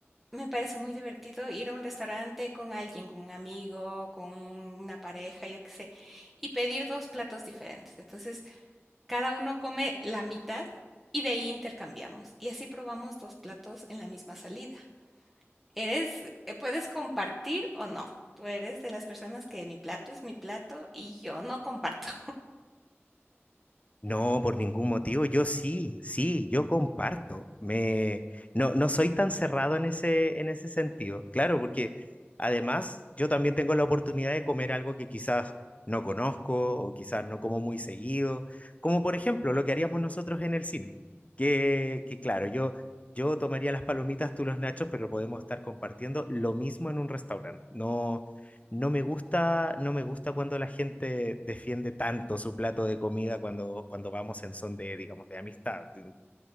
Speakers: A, in the centre; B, on the left.
A: me parece muy divertido ir a un restaurante con alguien, con un amigo, con una pareja, yo qué sé, y pedir dos platos diferentes. Entonces, cada uno come la mitad y de ahí intercambiamos. Y así probamos dos platos en la misma salida. Eres, eh, puedes compartir o no. Tú eres de las personas que mi plato es mi plato y yo no comparto.
B: No, por ningún motivo. Yo sí, sí, yo comparto. Me, no, no soy tan cerrado en ese, en ese sentido. Claro, porque además yo también tengo la oportunidad de comer algo que quizás no conozco o quizás no como muy seguido, como por ejemplo lo que haríamos nosotros en el cine. Que, que claro, yo, yo tomaría las palomitas, tú los nachos, pero podemos estar compartiendo lo mismo en un restaurante. No, no me gusta, no me gusta cuando la gente defiende tanto su plato de comida cuando, cuando vamos en son de, digamos, de amistad. Mm,